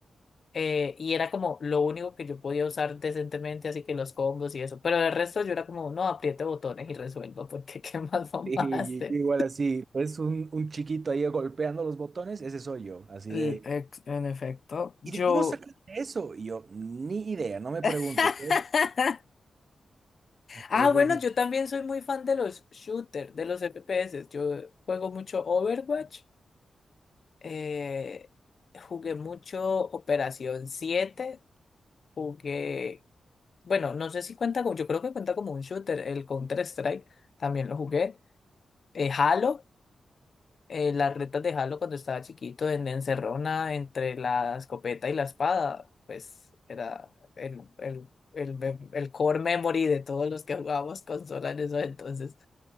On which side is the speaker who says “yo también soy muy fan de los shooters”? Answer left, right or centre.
Left